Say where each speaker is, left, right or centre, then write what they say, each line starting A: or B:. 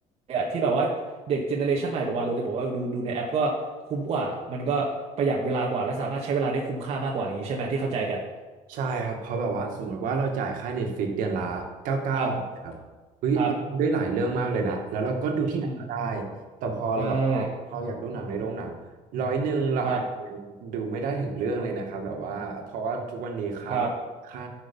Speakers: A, on the right; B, on the right.
A: อะที่แบบว่าเด็กเจเนอเรชันใหม่แบบว่าเราจะบอกว่าเออดูดูในแอปก็คุ้มกว่ามันก็ประหยัดเวลากว่าและสามารถใช้เวลาได้คุ้มค่ามากกว่าอย่างนี้ใช่ไหมที่เข้าใจกัน
B: ใช่ครับเพราะแบบว่าสมมติว่าเราจ่ายค่า Netflix เดือนละเก้าสิบเก้าครับเฮ้ยเราดูได้หลายเรื่องมากเลยนะแล้วเราก็ดูที่ไหนก็ได้
A: ครับครับอืม
B: แต่พอเราแบบว่าเราอยากดูหนังในโรงหนังร้อยหนึ่งเราอาจจะยังดูไม่ได้ถึงเรื่องเลยนะครับแบบว่าเพราะว่าทุกวันนี้ค่า
A: ใช่ครับครับ
B: ค่า